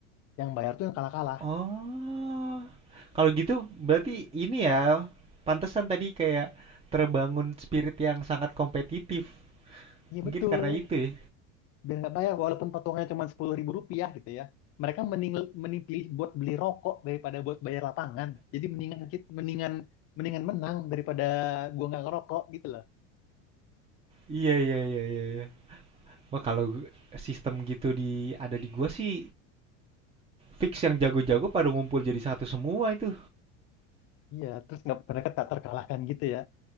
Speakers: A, on the left; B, on the right.
A: Yang bayar tuh yang kalah-kalah.
B: Oh. Kalau gitu berarti ini ya, pantesan tadi kayak terbangun spirit yang sangat kompetitif.
A: Iya
B: Mungkin
A: betul.
B: karena itu ya.
A: biar nggak bayar walaupun potongnya cuma sepuluh ribu rupiah gitu ya mereka mending mending pilih buat beli rokok daripada buat bayar lapangan jadi mendingan kit- mendingan mendingan menang daripada gua nggak ngerokok gitu loh
B: Iya, iya, iya, iya. iya. Wah, kalau gu- sistem gitu di ada di gua sih Fix yang jago-jago pada ngumpul jadi satu semua itu.
A: iya terus nggak mereka tak terkalahkan gitu ya